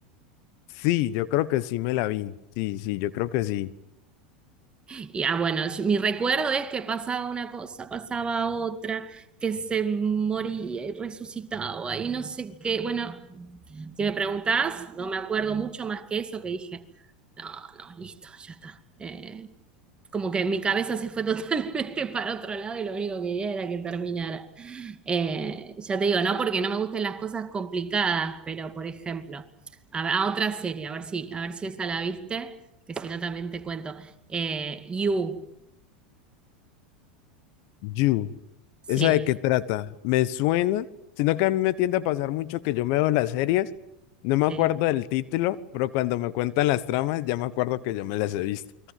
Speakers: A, on the left; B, on the right.
A: Sí, yo creo que sí me la vi. Sí, sí, yo creo que sí.
B: Y ah, bueno, yo- mi recuerdo es que pasaba una cosa, pasaba otra, que se moría y resucitaba y no sé qué. Bueno, si me preguntás, no me acuerdo mucho más que eso que dije, no, no, listo, ya está. Eh, como que mi cabeza se fue <laughs> totalmente para otro lado y lo único que quería era que terminara. Eh, ya te digo, no porque no me gusten las cosas complicadas, pero por ejemplo, a, ver- a otra serie, a ver si, a ver si esa la viste, que si no también te cuento. Eh, you,
A: You.
B: sí,
A: ¿Esa de qué trata? Me suena, sino que a mí me tiende a pasar mucho que yo me veo las series, no me
B: sí.
A: acuerdo del título, pero cuando me cuentan las tramas ya me acuerdo que yo me las he visto.